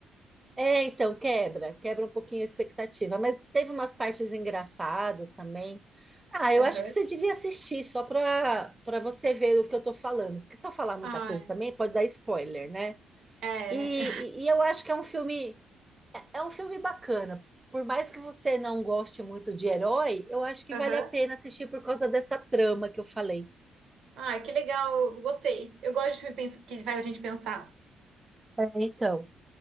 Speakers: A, on the right; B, on the right.
A: É, então, quebra, quebra um pouquinho a expectativa. Mas teve umas partes engraçadas também. Ah, eu
B: Aham.
A: acho que você devia assistir só para para você ver o que eu tô falando. Porque se eu falar muita
B: Ah,
A: coisa também, pode dar spoiler, né?
B: é.
A: E, e, e eu acho que é um filme, é é um filme bacana. Por mais que você não goste muito de herói, eu acho que
B: <laughs> Aham.
A: vale a pena assistir por causa dessa trama que eu falei.
B: Ai, que legal, eu gostei. Eu gosto de filme pens- que faz a gente pensar.
A: É, então.